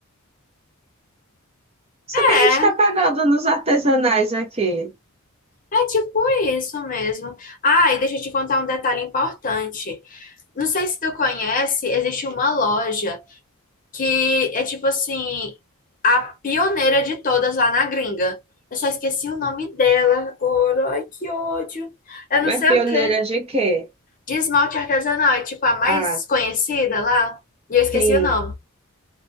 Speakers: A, on the right; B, on the left.
A: Só
B: É,
A: que a gente tá pagando nos artesanais aqui.
B: é tipo isso mesmo. Ah, e deixa eu te contar um detalhe importante. Não sei se tu conhece, existe uma loja. que é tipo assim, a pioneira de todas lá na gringa. Eu só esqueci o nome dela agora. Ai, que ódio. Eu
A: Mas
B: não sei
A: pioneira
B: o quê.
A: de quê?
B: De esmalte artesanal, é tipo a mais
A: Ah,
B: conhecida lá. E eu esqueci
A: sim.
B: o nome.